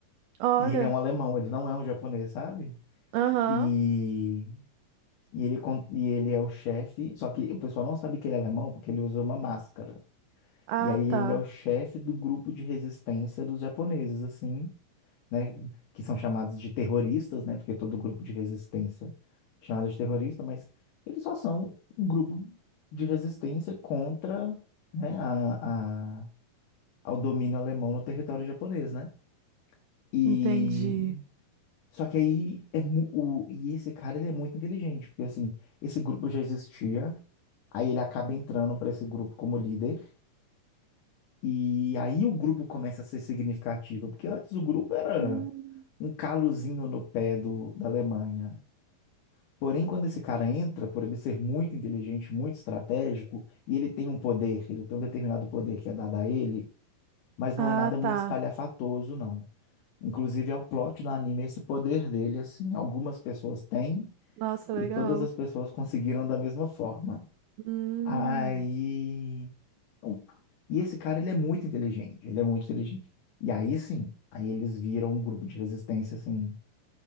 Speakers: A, on the right (about 80°); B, on the left (about 70°).
A: Olha,
B: E ele é um alemão, ele não é um japonês, sabe?
A: aham.
B: E, e, ele, con- e ele é o chefe, só que o pessoal não sabe que ele é alemão porque ele usa uma máscara.
A: Ah,
B: E aí
A: tá.
B: ele é o chefe do grupo de resistência dos japoneses, assim. né, que são chamados de terroristas, né, porque todo grupo de resistência é chamado de terrorista, mas eles só são um grupo de resistência contra, né, a, a, ao domínio alemão no território japonês, né? E
A: Entendi.
B: só que aí é mu- o, e esse cara ele é muito inteligente, porque assim, esse grupo já existia, aí ele acaba entrando para esse grupo como líder. E aí o grupo começa a ser significativo, porque antes o grupo era
A: Hum.
B: um calozinho no pé do, da Alemanha. Porém, quando esse cara entra, por ele ser muito inteligente, muito estratégico, e ele tem um poder, ele tem um determinado poder que é dado a ele, mas não
A: Ah,
B: é nada muito
A: tá.
B: espalhafatoso, não. Inclusive, é o plot no anime esse poder dele, assim, algumas pessoas têm
A: Nossa,
B: e
A: legal.
B: todas as pessoas conseguiram da mesma forma.
A: Hum,
B: Aí. um- E esse cara, ele é muito inteligente, ele é muito inteligente. E aí sim, aí eles viram um grupo de resistência, assim,